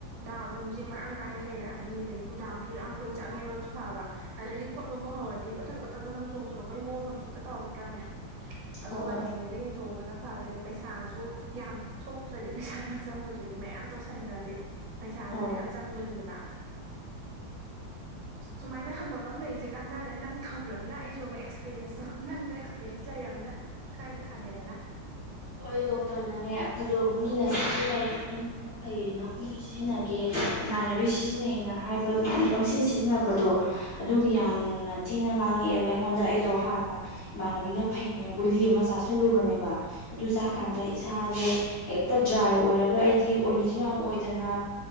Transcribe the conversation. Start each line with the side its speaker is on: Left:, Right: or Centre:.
Right: ꯗꯥꯛ ꯅꯨꯡꯖꯦ ꯃꯔꯥꯡ ꯀꯥꯏꯅ ꯂꯩꯔꯛꯑꯅꯤ ꯑꯗꯩ ꯀꯨꯗꯥ ꯇꯨ ꯌꯥꯝ ꯀꯨꯏ ꯆꯪꯉꯦꯕ ꯐꯕ ꯑꯗꯩꯗꯤ ꯈꯣꯠꯄꯕꯨ ꯍꯧꯔꯗꯤ ꯃꯊꯪ ꯃꯊꯪ ꯃꯊꯪ ꯆꯣꯡꯊꯣꯔꯛꯄꯒꯤ ꯃꯑꯣꯡ ꯑꯃꯁꯨ ꯇꯧꯔꯛꯇ꯭ꯔꯥꯅꯦ ꯑꯗꯣ
Left: ꯍꯣꯏ
Right: ꯉꯜꯂꯤꯉꯩꯗ ꯌꯦꯡꯊꯣꯛꯎꯕꯅ ꯐꯔꯦꯗ ꯄꯩꯁꯥꯁꯨ ꯌꯥꯝ ꯊꯣꯛꯇ꯭ꯔꯗꯤ ꯄꯩꯁꯥ ꯌꯥꯝ ꯆꯪꯉꯣꯏꯗꯣꯏꯅꯦ ꯃꯌꯥꯝ ꯇꯧꯁꯟꯈ꯭ꯔꯗꯤ ꯄꯩꯁꯥꯖꯦ
Left: ꯑꯧ
Right: ꯃꯌꯥꯝ ꯆꯪꯗꯣꯏꯅꯤꯗꯅ ꯁꯨꯃꯥꯏꯅ ꯍꯪꯐꯝ ꯑꯃ ꯂꯩꯖꯦ ꯀꯥꯟꯅꯔꯦ ꯅꯪ ꯎ꯭ꯔꯔꯕꯅ ꯑꯩꯁꯨ ꯑꯃꯨꯛ ꯑꯦꯛꯁꯄꯤꯔꯌꯦꯦꯟꯁꯇꯣ ꯅꯪꯅ ꯑꯦꯛꯁꯄꯤꯔꯌꯦꯦꯟꯁ ꯂꯩꯔꯕꯝꯅ ꯈꯔꯗꯤ ꯈꯪꯉꯦꯗꯅ
Left: ꯍꯣꯏ ꯗꯣꯛꯇꯔꯅꯅꯦ ꯑꯩꯈꯣꯏꯗꯣ ꯃꯤꯅ ꯁꯤꯖꯤꯟꯅꯩ ꯃꯤꯉꯣꯟꯗ ꯐꯩꯌꯦꯅ ꯑꯩꯈꯣꯏꯁꯨ ꯁꯤꯖꯤꯟꯅꯒꯦ ꯏꯃꯥꯟꯅꯕꯤ ꯁꯤꯖꯤꯟꯅꯩꯩꯅ ꯍꯥꯏꯕ ꯑꯗꯨꯃꯥꯏꯅ ꯄꯪꯁꯤꯟ ꯁꯤꯖꯤꯟꯅꯕꯗꯣ ꯑꯗꯨꯒꯤ ꯌꯥꯝꯅ ꯊꯤꯅ ꯉꯥꯡꯉꯛꯑꯦꯕ ꯑꯩꯉꯣꯟꯗ ꯑꯩꯗꯣ ꯍꯥꯟꯅ ꯏꯃꯥꯟꯅꯕꯤꯅ ꯐꯩꯌꯦꯅ ꯒꯨꯂꯤ ꯑꯃ ꯆꯥꯥꯁꯜꯂꯨꯕꯅꯦꯕ ꯑꯗꯨ ꯆꯥꯛꯀꯥꯟꯗ
Right: ꯎꯝ
Left: ꯏꯁꯥꯖꯦ ꯍꯦꯛꯇ ꯗ꯭ꯔꯥꯏ ꯑꯣꯏꯔꯒ ꯑꯩꯗꯤ ꯑꯣꯂꯤꯁꯖꯨ ꯌꯥꯝ ꯑꯣꯏꯗꯅ